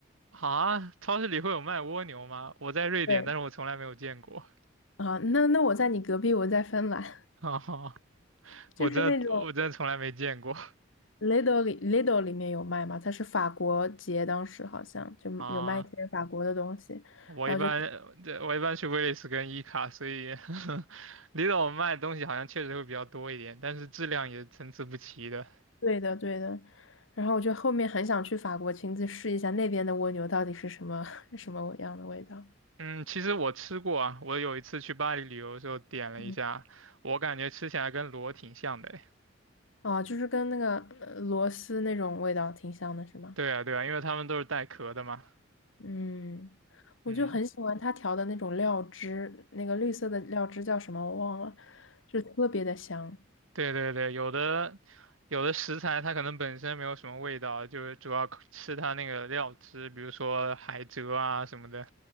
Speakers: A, on the right; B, on the left.
A: 啊！超市里会有卖蜗牛吗？我在瑞典，
B: 对
A: 但是我从来没有见过
B: 啊，那那我在你隔壁，我在芬兰。
A: 啊 <laughs>！
B: <laughs> 就是那种
A: 我真的我真的从来没见过
B: Lidl 里 Lidl 里面有卖吗？它是法国节，当时好像就有卖一些法国的东西，
A: 啊！我一般对我一般去威利斯跟伊卡，
B: 然后就
A: 所以 <laughs> 离岛卖的东西好像确实会比较多一点，但是质量也参差不齐的。
B: 对的对的，然后我就后面很想去法国亲自试一下那边的蜗牛到底是什么 <laughs> 什么样的味道。
A: 嗯，其实我吃过啊，我有一次去巴黎旅游的时候点了一下，
B: 嗯，
A: 我感觉吃起来跟螺挺像的诶
B: 啊，就是跟那个呃螺丝那种味道挺像的，是吗？
A: 对啊，对啊，因为他们都是带壳的嘛。
B: 嗯，我就很喜欢它调的那种料汁，
A: 嗯，
B: 那个绿色的料汁叫什么我忘了，就特别的香。
A: 对对对，有的有的食材它可能本身没有什么味道，就是主要靠吃它那个料汁，比如说海蜇啊什么的。